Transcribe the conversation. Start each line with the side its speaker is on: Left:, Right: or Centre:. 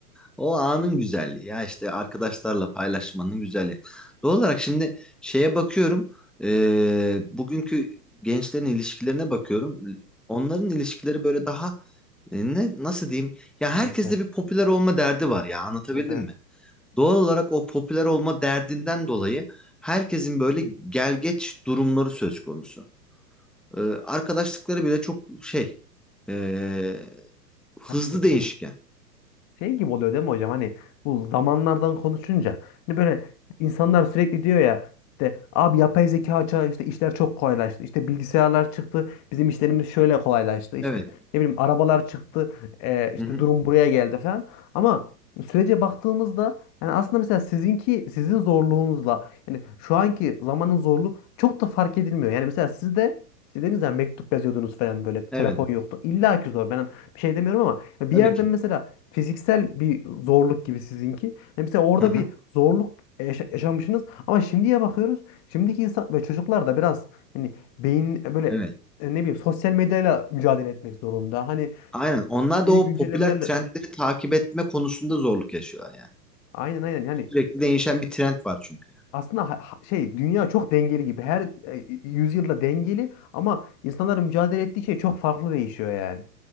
Centre: O anın güzelliği ya işte arkadaşlarla paylaşmanın güzelliği. Doğal olarak şimdi şeye bakıyorum e, bugünkü gençlerin ilişkilerine bakıyorum. Onların ilişkileri böyle daha e, ne nasıl diyeyim ya herkeste
Left: <laughs>
Centre: bir popüler olma derdi var ya anlatabildim
Left: Evet.
Centre: mi? Doğal olarak o popüler olma derdinden dolayı herkesin böyle gelgeç durumları söz konusu. E, arkadaşlıkları bile çok şey e, hızlı
Left: Evet.
Centre: değişken.
Left: şey gibi oluyor değil mi hocam? Hani bu zamanlardan konuşunca hani böyle insanlar sürekli diyor ya işte abi yapay zeka çağı işte işler çok kolaylaştı. İşte bilgisayarlar çıktı. Bizim işlerimiz şöyle kolaylaştı. İşte
Centre: Evet.
Left: ne bileyim arabalar çıktı. e, işte
Centre: Hı hı.
Left: durum buraya geldi falan. Ama sürece baktığımızda yani aslında mesela sizinki sizin zorluğunuzla yani şu anki zamanın zorluğu çok da fark edilmiyor. Yani mesela sizde siz dediniz ya mektup yazıyordunuz falan böyle telefon
Centre: Evet.
Left: yoktu. İlla ki zor. Ben bir şey demiyorum ama bir
Centre: Tabii
Left: yerden
Centre: ki.
Left: mesela fiziksel bir zorluk gibi sizinki. Yani mesela orada
Centre: Hı hı.
Left: bir zorluk yaşa- yaşamışsınız ama şimdiye bakıyoruz. Şimdiki insan ve çocuklar da biraz hani beyin e, böyle
Centre: Evet.
Left: e, ne bileyim sosyal medyayla mücadele etmek zorunda. Hani
Centre: Aynen. Onlar
Left: yeni
Centre: da o
Left: güncellemelerle
Centre: popüler trendleri takip etme konusunda zorluk yaşıyorlar yani.
Left: aynen aynen yani
Centre: Sürekli değişen bir trend var çünkü. yani.
Left: aslında ha- ha- şey dünya çok dengeli gibi. Her e, yüzyılda dengeli ama insanların mücadele ettiği şey çok farklı değişiyor yani.